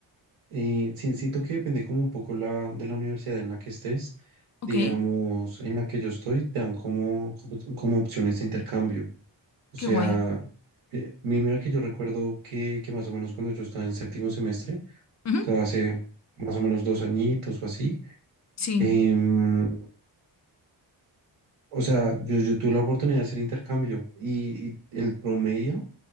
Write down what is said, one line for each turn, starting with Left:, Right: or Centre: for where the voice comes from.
Right: eh, sí- siento que depende como un poco la, de la universidad en la que estés.
Left: Ok,
Right: Digamos, en la que yo estoy, te dan como, como, como opciones de intercambio. O
Left: qué
Right: sea,
Left: guay.
Right: eh, mi- mira que yo recuerdo que, que más o menos cuando yo estaba en séptimo semestre,
Left: Ujú.
Right: o sea, hace más o menos dos añitos o así,
Left: Sí,
Right: em, o sea, yo, yo tuve la oportunidad de hacer intercambio y y el promedio.